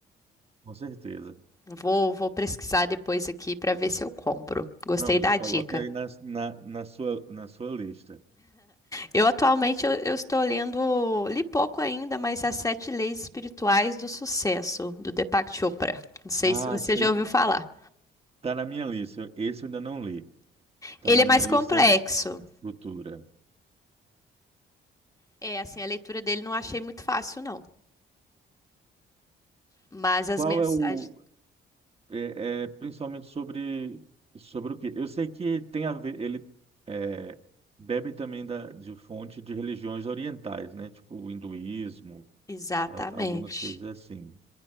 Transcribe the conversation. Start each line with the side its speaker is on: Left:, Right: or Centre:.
Right: Com certeza.
Left: Vou, vou pesquisar depois aqui para ver se eu compro. Gostei
Right: Não, já
Left: da
Right: coloque
Left: dica.
Right: aí na, na, na sua, na sua lista.
Left: Eu atualmente eu, eu estou lendo, li pouco ainda, mas As Sete Leis Espirituais do Sucesso, do Deepak Chopra. Não sei
Right: Ah,
Left: se você
Right: sei,
Left: já ouviu falar.
Right: tá na minha lista. Esse eu ainda não li. Tá
Left: Ele
Right: na
Left: é mais
Right: minha lista
Left: complexo.
Right: futura.
Left: É, assim, a leitura dele não achei muito fácil, não. Mas as
Right: Qual
Left: mensagens.
Right: é o, É, é, principalmente sobre, sobre o quê? Eu sei que tem a ver, ele é, bebe também da, de fonte de religiões orientais, né? Tipo o hinduísmo,
Left: Exatamente.
Right: a- algumas coisas assim.